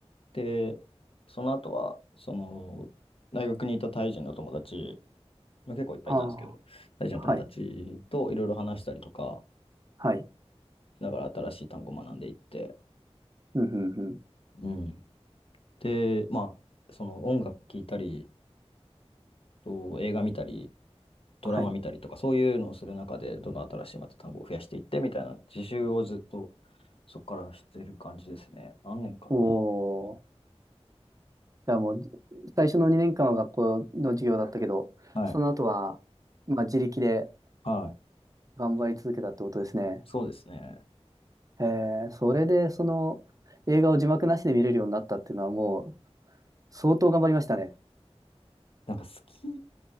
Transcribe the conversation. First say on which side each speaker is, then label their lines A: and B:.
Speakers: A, on the left (about 55°); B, on the right (about 30°).
A: で、その後は、その、大学にいたタイ人の友達結構いっぱいいたんですけど、
B: あ
A: 大事な友達といろいろ話したりとか
B: あ、はい、はい、
A: しながら新しい単語を学んでいって、
B: うん、うん、うん、
A: うん。で、まあ、その音楽聴いたり、と映画見たり、ドラマ見たりとか、
B: はい。
A: そういうのをする中で、どんどん新しいまた単語を増やしていってみたいな自習をずっとそこからしてる感じですね。何年かな。
B: お
A: うん
B: お、じゃあもう、最初の2年間は学校の授業だったけど、
A: はい。
B: その後は、まあ、自力で
A: はい。
B: 頑張り続けたってことですね。
A: そうですね。
B: へえ、それでその映画を字幕なしで見れるようになったっていうのはもう相当頑張りましたね。
A: なんか好き、好